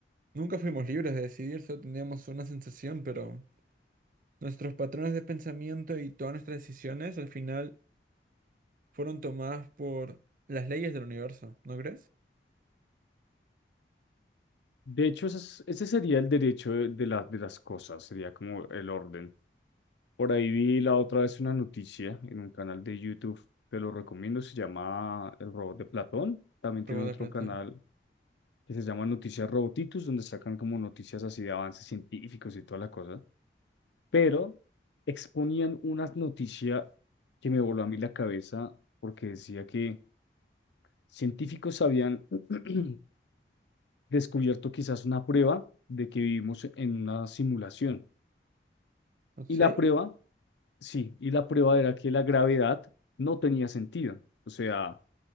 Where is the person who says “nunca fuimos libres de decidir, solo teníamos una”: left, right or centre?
Right